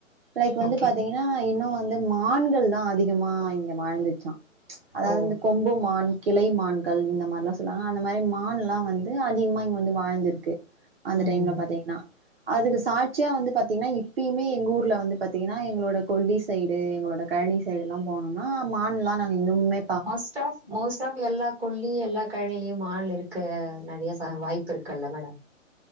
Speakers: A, on the right (about 50°); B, in the centre.
A: லைக் வந்து
B: ஓகே
A: பாத்தீங்கன்னா இன்னு வந்து மான்கள் தா அதிகமா இங்க வாழ்ந்துச்சா அதாவது
B: ஓ
A: இந்த கொம்பு மான் கிளை மான்கள் இந்த மாரிலா சொல்லுவாங்க அந்த மாரி மான்ல்லா வந்து அதிகமா இங்க வந்து வாழ்ந்திருக்கு அந்த
B: ம்
A: டைம்ல பாத்தீங்கன்னா அதுக்கு சாட்சியா வந்து பாத்தீங்கன்னா இப்பியுமே எங்க ஊர்ல வந்து பாத்தீங்கன்னா எங்களோட கொல்லி சைடு எங்களோட கழனி சைடுல்லாம் போனும்னா மான்ல்லா நாங்க இன்னனுமே
B: மஸ் டாஃப் மோஸ்ட் ஆஃப் எல்லா கொல்லிகல்லா கழனிலியும் மான் இருக்க நறைய ச வாய்ப்பு இருக்குல்ல மேடம்